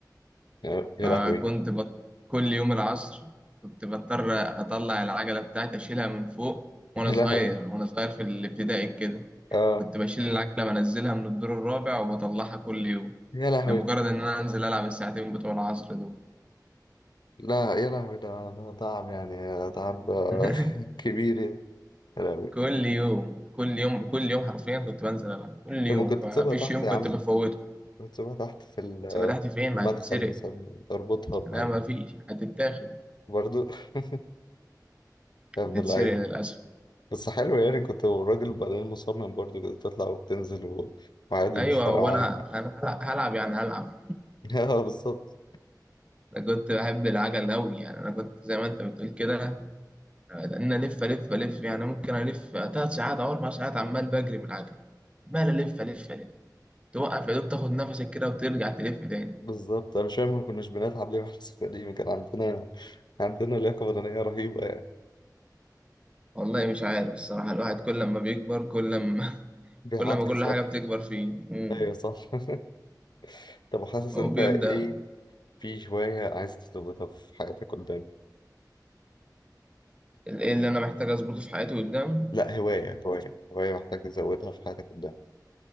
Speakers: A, on the left; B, on the right.
A: يا يا
B: فكنت
A: لهوي <laughs>
B: بط... كل يوم العصر كنت بضطر اطلع العجله بتاعتي اشيلها من فوق
A: يا
B: وانا
A: لهوي
B: صغير وانا صغير في الابتدائي كده
A: اه
B: كنت بشيل العجله بنزلها من الدور الرابع وبطلعها كل يوم
A: يا لهوي
B: لمجرد ان انا انزل العب الساعتين بتوع العصر دول
A: لا يا لهوي ده ده تعب يعني آه، تعب آه،
B: <laughs>
A: <laughs> كبير يعني يا لهوي
B: كل يوم كل يوم كل يوم حرفيا كنت بنزل العب كل يوم
A: كان ممكن
B: ما
A: تسيبها
B: فيش
A: تحت
B: يوم
A: يا
B: كنت
A: عم
B: بفوته
A: تسيبها تحت في ال-
B: سبتحتي فين
A: في المدخل
B: ما هتتسرق
A: مثلا اربطها بحاجة
B: لا ما فيش هتتاخد
A: برضو <laughs> يا ابن
B: هتتسرق
A: اللعيبة
B: للأسف
A: بس حلو يعني كنت الراجل بعدين مصمم برضو كده تطلع وبتنزل و- وعادي
B: أيوة
A: مش فارقة
B: وأنا
A: معاك
B: أنا أنا هلع- هلعب يعني هلعب
A: <laughs> اه بالظبط
B: أنا كنت بحب العجل أوي يعني أنا كنت زي ما أنت بتقول كده لأن ألف ألف ألف يعني ممكن ألف تلات ساعات أو أربع ساعات عمال بجري بالعجل عمال ألف ألف ألف توقف يا دوب تاخد نفسك كده وترجع تلف تاني
A: بالظبط انا مش فاهم ما كناش بنلعب ليه واحنا صغيرين كان عندنا عندنا لياقة بدنية رهيبة يعني
B: والله مش عارف الصراحة الواحد كل ما بيكبر كل ما <laughs>
A: بيعكس
B: كل ما كل
A: أكتر
B: حاجة بتكبر فيه مم.
A: أيوة صح <laughs> طب حاسس
B: هو
A: أنت
B: بيبدأ
A: إيه في هواية عايز تزودها في حياتك قدام؟
B: إيه اللي أنا محتاج أظبطه في حياتي قدام
A: لا هواية هواية هواية محتاج تزودها في حياتك قدام